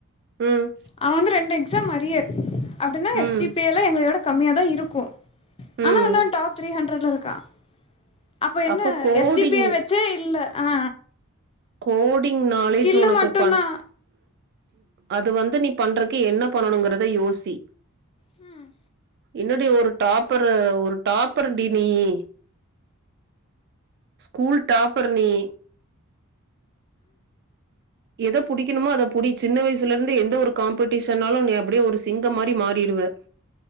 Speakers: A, on the right; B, on the left.
A: ம்,
B: அவன் வந்து ரெண்டு எக்ஸாம் அரியரு அப்டின்னா
A: ம்,
B: எஸ் சி பி ஐ ல்லா எங்களோட கம்மியாக தா இருக்கு ஆனா
A: ம்.
B: அவன் வந்து டாப் த்ரீ ஹண்ட்ரட்ல இருக்கான் அப்ப என்ன
A: அப்போ கோடிங்
B: எஸ்‌ ஜி பி ய வச்சி இல்ல ஆ
A: கோடிங் நாலேஜ்
B: ஸ்கில்லு
A: அவனுக்கு
B: மட்டும்தான்
A: பண் அது வந்து நீ பண்றக்கு என்ன பண்ணணுங்கறது யோசி
B: ம்
A: என்னடி ஒரு டாப்பரு ஒரு டாப்பரு டி நீயு ஸ்கூல் டாப்பரு நீயு எத புடிக்குமோ அத புடி சின்ன வயசுலாருந்து எந்த ஒரு காம்படிஷனாலு நீ அப்டியே ஒரு சிங்கம் மாரி மாறிடு